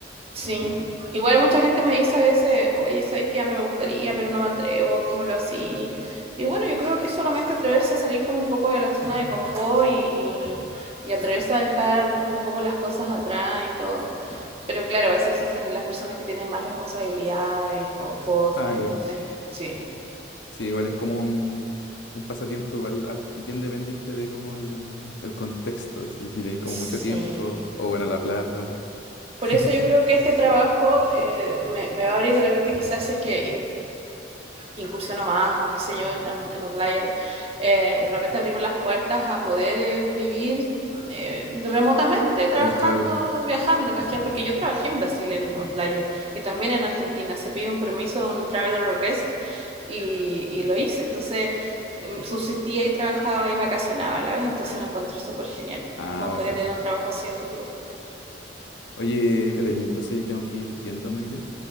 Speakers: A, on the right; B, on the left.
A: Sí. Igual mucha gente me dice a veces, oye, ¿sabes qué? Ya me gustaría, pero no me atrevo, ¿cómo lo así? Y bueno, yo creo que es solamente atreverse a salir como un poco de la zona de confort y, y, y atreverse a dejar un poco las cosas atrás y todo. Pero claro, a veces existen las personas que tienen más responsabilidades o cosas,
B: Ah, claro.
A: entonces, sí,
B: Sí, igual es como un, un pasatiempo igual har- bien dependiente de como el, el contexto. Si, si tenéis como
A: sí.
B: mucho tiempo o bueno, la plata. <laughs>
A: Por eso yo creo que este trabajo eh, me, me va a abrir de repente quizás si es que incursiono más o qué sé yo en, en Outlier, eh, de repente abrimos las puertas a poder eh, vivir eh, remotamente trabajando,
B: Es claro.
A: viajando, ¿cachai? Porque yo trabajé en Brasil en Outlier y también en Argentina. Se pide un permiso, un traveler request y, y lo hice. Entonces em, subsistía y trabajaba y vacacionaba a la vez, entonces lo encontré súper genial.
B: Ah,
A: Me gustaría
B: bacán.
A: tener un trabajo así a futuro.
B: Oye, Caterina, entonces tengo que ir yéndome ya.